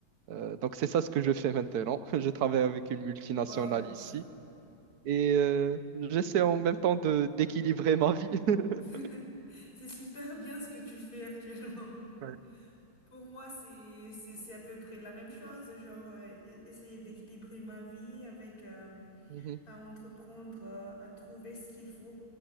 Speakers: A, on the right; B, on the left.
A: Euh, donc, c'est ça ce que je fais maintenant. <laughs> Je travaille avec une multinationale
B: Wow.
A: ici. Et euh, j'essaie en même temps de d'équilibrer ma vie. <laughs>
B: <laughs> C'est super bien ce que tu fais actuellement.
A: Ouais.
B: Pour moi, c'est c'est c'est à peu près la même chose, genre euh, e- essayer d'équilibrer ma vie avec euh,
A: Mhm.
B: à entreprendre, euh, à trouver ce qu'il faut.